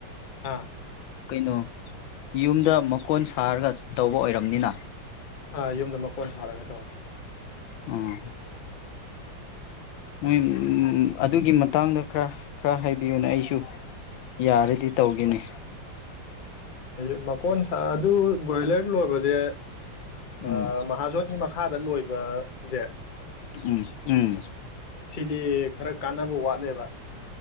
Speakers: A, on the left; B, on the left.
A: ꯑꯥ
B: ꯀꯩꯅꯣ ꯌꯨꯝꯗ ꯃꯀꯣꯟ ꯁꯥꯔꯒ ꯇꯧꯕ ꯑꯣꯏꯔꯝꯅꯤꯅ
A: ꯑꯥ ꯌꯨꯝꯗ ꯃꯀꯣꯟ ꯁꯥꯔꯒ ꯇꯧꯋꯤ
B: ꯑꯥ ꯃꯣꯏ ꯑꯗꯨꯒꯤ ꯃꯇꯥꯡꯗ ꯈꯔ ꯈꯔ ꯍꯥꯏꯕꯤꯌꯨꯅꯦ ꯑꯩꯁꯨ ꯌꯥꯔꯗꯤ ꯇꯧꯒꯦꯅꯤ
A: ꯎ ꯃꯀꯣꯟ ꯁꯥ ꯑꯗꯨ ꯕꯣꯏꯂꯔ ꯂꯣꯏꯕꯁꯦ ꯑ
B: ꯎꯝ
A: ꯃꯍꯥꯖꯣꯟꯣꯟ ꯃꯈꯥꯗ ꯂꯣꯏꯕꯁꯦ
B: ꯎꯝ ꯎꯝ
A: ꯁꯤꯗꯤ ꯈꯔ ꯀꯥꯟꯅꯕ ꯋꯥꯠꯂꯦꯕ